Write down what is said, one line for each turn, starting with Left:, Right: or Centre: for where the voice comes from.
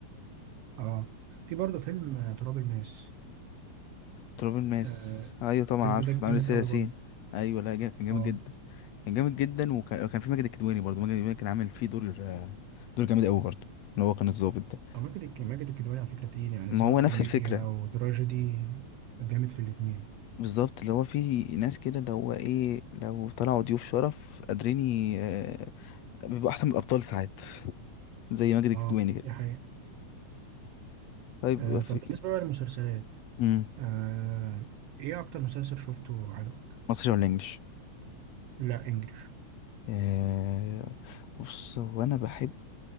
Right: اه في برضه فيلم آه، تراب الماس
Left: تراب الماس
Right: آه
Left: ايوه طبعا
Right: الفيلم
Left: عارفه
Right: ده جامد
Left: عامل سياسين
Right: قوي
Left: ياسين
Right: برضه
Left: ايوه لا جا- كان جامد
Right: اه
Left: جدا كان جامد جدا وكان كان في ماجد الكدواني برضه ماجد الكدواني كان عامل فيه دور آه، دور جامد قوي برضه اللي هو كان الضابط ده
Right: أو ماجد الك- ماجد الكدواني على فكرة تقيل يعني
Left: ما
Right: سواء
Left: هو
Right: كوميديا
Left: نفس الفكره
Right: أو تراجيدي جامد في الاتنين
Left: بالظبط اللي هو في ناس كده اللي هو ايه لو طلعوا ضيوف شرف قادرين ي- آه، بيبقوا احسن من الابطال ساعات زي ماجد الكدواني
Right: اه
Left: كده
Right: دي حقيقة
Left: طيب
Right: آه
Left: في
Right: طب بالنسبة بقى للمسلسلات
Left: إيه؟
Right: آه إيه أكتر مسلسل شفته عجبك؟
Left: مصري ولا انجليش
Right: لا إنجلش
Left: آه بص هو انا بحب